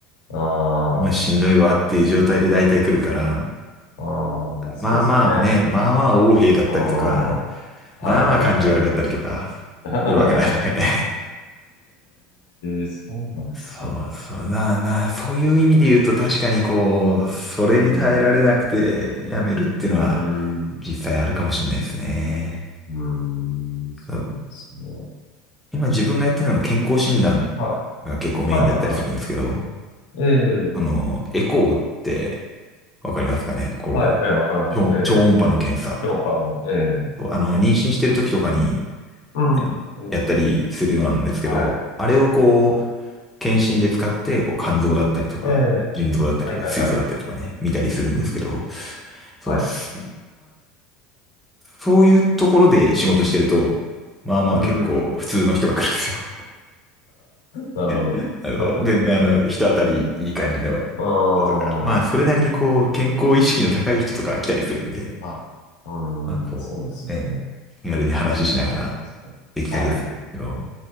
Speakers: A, on the left (about 80°); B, in the centre.
A: いはい。
B: お前しんどいわっていう状態で大体来るから、
A: うん、うん、まあそうですよね。
B: まあまあね、まあまあ横柄だったりとか、
A: うん、はいはいは
B: まあまあ感じ悪かったりとか、
A: い
B: 来るわけないですよね。
A: <laughs> ええそうなんですね。
B: そうそうなあなあ、そういう意味で言うと確かにこう、それに耐えられなくてやめるっていうのは
A: うん、うん、
B: 実際あるかもしれないですね。
A: うん、そうなんですね。
B: そう今自分がやってるのは健康診断が結構メインだったりするんですけど、
A: はい、はい、はい、はい。
B: あの、
A: ええ
B: エコーってわかりますかねこう、
A: はい、ええわかります。
B: 超超音波の検査。
A: ええジョンパの、ええ
B: あの、妊娠してる時とかに、
A: うん、
B: ね、
A: ええその、
B: やったりするようなんですけど、
A: は
B: あれをこう、検診で使って、こう、肝臓だったりとか、
A: い、ええ
B: 腎臓だったりとか、
A: はい、はい、
B: 膵臓だったりとかね、
A: はい。
B: 見たりするんですけど、
A: うん、
B: そう、
A: はい、
B: すそういうところで仕事してると、まあまあ結構普通の人が来るんですよ。
A: うん、<laughs> なるほど。
B: <laughs> あの、
A: <laughs>
B: 全然あの、人当たりいい感じの
A: うーん、
B: 人とか、まあそれなりにこう、健康意識の高い人とか来たりするんで、
A: はい、う
B: まあこう、
A: ーん、そうですよね。
B: ね、気軽に話ししながら
A: 確かにはい、
B: できたりはするんですけど、